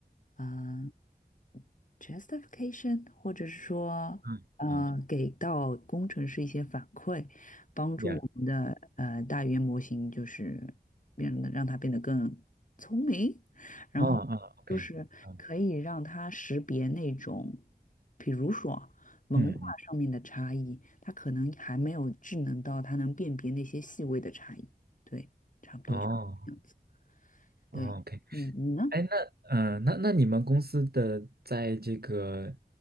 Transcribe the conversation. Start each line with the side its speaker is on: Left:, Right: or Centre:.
Left: 嗯、justification，或者是说，
Right: 嗯嗯
Left: 呃，给到工程师一些反馈，帮助我们的呃大语言模型就是变得让它变得更聪明，
Right: ，yeah，
Left: 然后就是可以让他识别那种，
Right: 哦哦，OK，嗯
Left: 比如说文化上面的差异，
Right: 嗯嗯，
Left: 他可能还没有智能到他能辨别那些细微的差异。对，差不多就这样子。
Right: 哦哦，OK，
Left: 对，你你呢？
Right: 哎，那嗯、呃那那你们公司的在这个